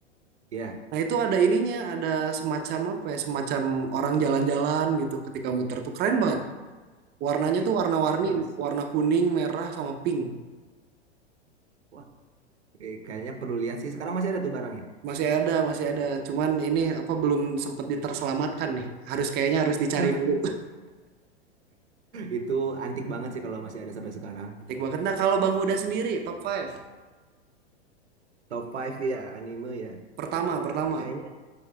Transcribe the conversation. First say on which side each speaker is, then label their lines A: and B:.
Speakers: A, on the right; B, on the right.
A: ya
B: Nah, itu ada ininya, ada semacam apa ya, semacam orang jalan-jalan gitu ketika muter tuh keren banget. Warnanya
A: i-
B: tuh warna-warni,
A: serius.
B: warna kuning, merah sama pink.
A: Wah eh, kayaknya perlu lihat sih. Sekarang masih ada tuh barangnya.
B: Masih ada, masih ada. Cuman ini apa belum sempat diterselamatkan nih. Harus kayaknya harus dicari
A: <laughs>
B: dulu.
A: Itu antik banget sih kalau masih ada sampai sekarang.
B: Cantik banget. Nah, kalau Bang Huda sendiri top 5.
A: Top five ya, anime ya.
B: Pertama, pertama.
A: Kayaknya